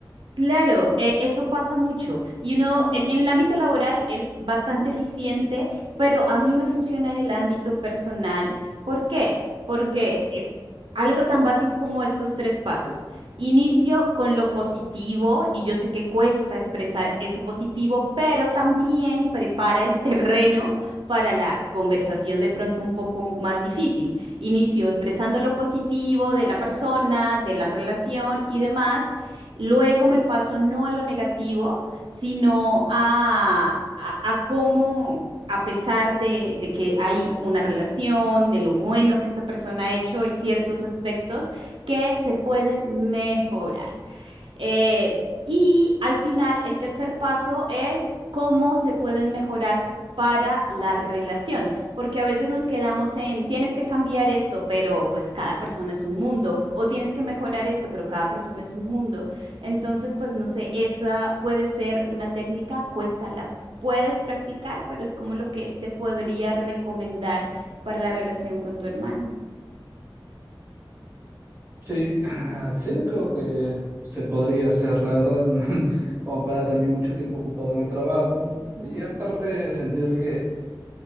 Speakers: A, on the right (about 80°); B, on the right (about 30°).
A: Claro, eh, eso pasa mucho. Y uno, en, en el ámbito laboral es bastante eficiente, pero a mí me funciona en el ámbito personal. ¿Por qué? Porque eh, algo tan básico como estos tres pasos. Inicio con lo positivo, y yo sé que cuesta expresar eso positivo, pero también prepara el <laughs> terreno para la conversación de pronto un poco más difícil. Inicio expresando lo positivo de la persona, de la relación y demás. Luego me paso no a lo negativo, sino a, a, a cómo, a pesar de, de que hay una relación, de lo bueno que esa persona ha hecho, hay ciertos aspectos que se pueden mejorar. Eh, y al final, el tercer paso es cómo se pueden mejorar para la relación, porque a veces nos quedamos en, tienes que cambiar esto, pero pues cada persona es un mundo, o tienes que mejorar esto, pero cada persona es un mundo. Entonces, pues no sé, esa puede ser una técnica, cuesta, la puedes practicar, pero es como lo que te podría recomendar para la relación con tu hermano.
B: Sí, ah, sí, creo que se podría hacer, la verdad, <laughs> como para también mucho tiempo ocupado en el trabajo
A: Mm,
B: y aparte sentir que